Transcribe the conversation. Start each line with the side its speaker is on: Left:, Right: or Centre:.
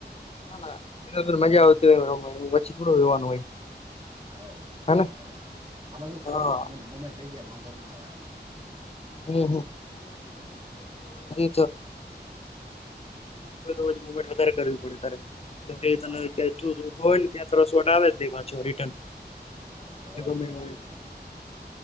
Left: હ ના એ મજા આવતી હોય પછી થોડું જોવાનું હોય
Right: હા
Left: હેને
Right: આમાં શું ફટાફટ
Left: હા
Right: મુમેન્ટ થઈ ગયા વાંધો ના આવે આપડે
Left: હમ ઊ હોય તો મુમેન્ટ વધારે કરવી પડે તારે કે તનેભું
Right: હા
Left: હોય ને ત્યાસ વોટ આવે જ નહી પાછો રિટર્ન
Right: હા તો
Left: બધ
Right: અવાજ
Left: કમેીન
Right: ધીમો થઈ
Left: હ
Right: ગયો તારો